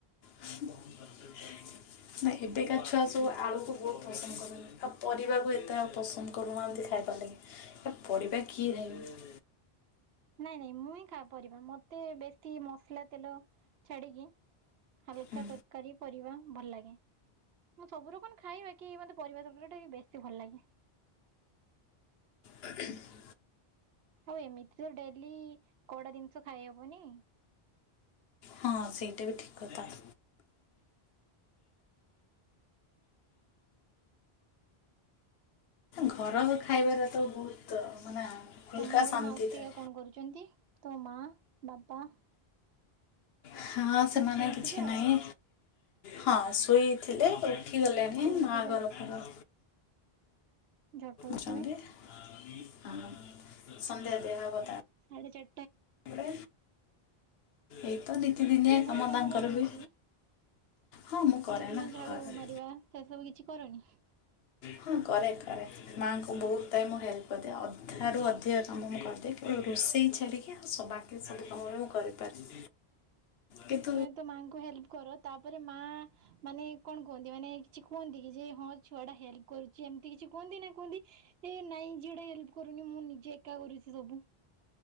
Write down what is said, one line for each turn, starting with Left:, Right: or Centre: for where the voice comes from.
Left: <unintelligible> ବହୁତ <inaudible>
Right: ହ <inaudible>
Left: ନାଇଁ ଏବେକା ଛୁଆ ସବୁ ଆଳୁକୁ ବହୁତ ପସନ୍ଦ କରୁଛନ୍ତି ଆଉ ପରିବାକୁ ଏତେ ଆଉ ପସନ୍ଦ କରୁନାହାନ୍ତି। ଖାଇବା ଲାଗି ପରିବା କିଏ ଖାଇବ?
Right: ନାଇଁ ନାଇଁ ମୁଁ ଖାଏ ପରିବା ମତେ ବେଶୀ ମସଲା ତେଲ ଛାଡିକି ହାଲକା
Left: ହୁଁ,
Right: ତରକାରୀ ପରିବା ଭଲ ଲାଗେ। ମୁଁ ସବୁ ରକମ ଖାଇବା କି ମତେ ପରିବା ତରକାରୀଟା ବି ବେଶୀ ଭଲ ଲାଗେ।
Left: ଆ <inaudible>
Right: ଆଉ ଏମିତି ତ ଡେଲି କଡା ଜିନିଷ ଖାଇହବନି।
Left: ହଁ ସେଇଟା ବି ଠିକ କଥା। <inaudible> ଘର ଖାଇବାର ତ ବହୁତ ମାନେ ହଲକା
Right: ତମ ଘରେ
Left: ଶାନ୍ତି
Right: ମାଉସିକା
Left: ଥାଏ
Right: କଣ କରୁଛନ୍ତି ତମ ମା ବାପା
Left: ହଁ ସେମାନେ
Right: ଶୋଇଥିବେ
Left: କିଛି ନାଇଁ
Right: ଆଉ
Left: ହଁ ଶୋଇଥିଲେ ଉଠିଗଲେଣିି
Right: ଏବେ ଉଠି
Left: ମା
Right: ସାରି
Left: ଘର ପ
Right: ଝଟଉଥିବେ
Left: ଅଛନ୍ତି ହଁ ସନ୍ଧ୍ୟା ଦେବା କଥା
Right: ସାଢ଼େ ଚା
Left: ପରେ ଏଇତ ନିତିଦିନଆ
Right: ତୁମେ ଘର
Left: କାମ ତାଙ୍କର
Right: କରନି
Left: ବି
Right: କି?
Left: ହଁ ମୁଁ କରେ
Right: ତୁମେ
Left: ନା
Right: ଝାଡୁ
Left: କରେ।
Right: ମାରିବା ସେ ସବୁ କିଛି କରନି?
Left: ହଁ କରେ କରେ। ମାଆଙ୍କୁ ବହୁତ ଟାଇମ ମୁଁ ହେଲ୍ପ କରିଦିଏ ଅଧାରୁ ଅଧିକା କାମ ମୁଁ କରିଦିଏ କିୁ ରୋଷେଇ ଛାଡ଼ିକି ଆ ସ ବାକି ସବୁ କାମରେ ମୁଁ କରିପାରେ। କେତ
Right: ତୁମେ ତ ମାଙ୍କୁ ହେଲ୍ପ କର ତାପରେ ମା ମାନେ କଣ କୁହନ୍ତି ମାନେ କିଛି କୁହନ୍ତି କି ଯେ ହଁ ଛୁଆ ଟା ହେଲ୍ପ କରୁଛି ଏମିତି କିଛି କୁହନ୍ତି ନା କୁହନ୍ତି ଏ ନାଇଁ ଯିଟା ହେଲ୍ପ କରୁନି ମୁଁ ନିଜେ ଏକା କରୁଛି ସବୁ